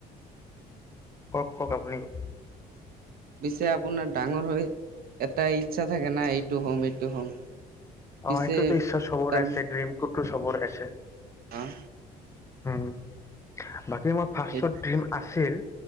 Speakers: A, on the left; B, on the right.
A: কওক কওক, আপুনি কওক।
B: পিছে আপোনাৰ ডাঙৰ হৈ এটা ইচ্ছা থাকে না এইটো হম এইটো হম। পিছে
A: অ', এইটোতো ইচ্ছা চবৰে
B: তাৰ
A: আছে, ড্ৰিমটোতো চবৰ আছে।
B: অ'।
A: উম, বাকী মোৰ ফাৰ্ষ্টত
B: সেই
A: ড্ৰীম আছিল।